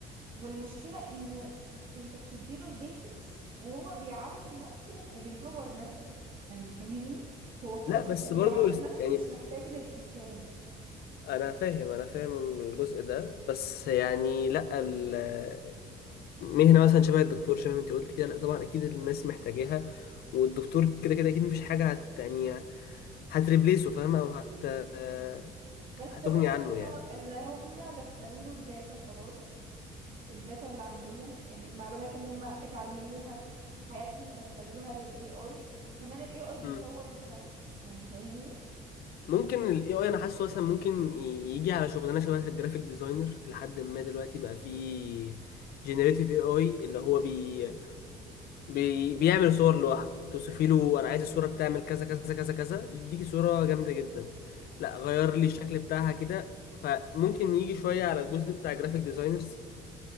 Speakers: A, on the right; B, on the left.
A: والمشكلة انه انت بتديله البيزكس وهو بيعلم نفسه وبيطور نفسه يعني فاهمني هو خلاص
B: لا بس
A: بيبقى بيعلم
B: برضو است-
A: نفسه
B: يعني
A: مش محتاج للإنسان
B: انا فاهم انا فاهم الجزء ده بس يعني لا ال- مهنه مثلا شبه الدكتور شبه ما انت قلت كده لا طبعا اكيد الناس محتاجاها والدكتور كده كده اكيد مفيش حاجه هت يعني هتريبليسه فاهمه او هت آه،
A: بس
B: هتغني
A: وانس
B: عنه
A: انه
B: يعني
A: ان هما دخلوا له الداتا خلاص الداتا اللي عندهم يعني المعلومات اللي هما اتعلموها في حياتهم دخلوها للاي اي وكمان الاي اي بيطور
B: مم.
A: من نفسه يعني فاهمني
B: ممكن ال AI انا حاسه مثلا ممكن ي- يجي على شغلانه شبه الجرافيك ديزاينر لحد ما دلوقتي بقى فيه جينيريتيف AI اللي هو بي... بي... بيعمل صور لوحده توصفي له انا عايز الصوره بتعمل كذا كذا كذا كذا يديكي صوره جامده جدا لا غير لي الشكل بتاعها كده فممكن يجي شويه على الجزء بتاع جرافيك ديزاينرز